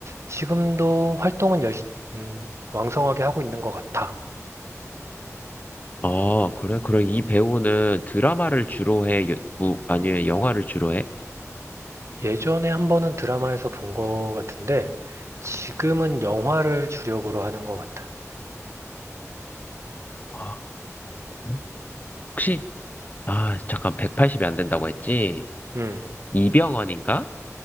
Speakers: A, on the right (about 60°); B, on the left (about 30°).
A: 지금도 활동은 열, 음, 왕성하게 하고 있는 것 같아.
B: 아, 그래? 그럼 이 배우는 드라마를 주로 해? 요- 뭐, 아니면 영화를 주로 해?
A: 예전에 한 번은 드라마에서 본 것 같은데, 지금은 영화를 주력으로 하는 것 같아.
B: 아, 그래? 혹시, 아, 잠깐, 180이 안 된다고 했지?
A: 음,
B: 이병헌인가?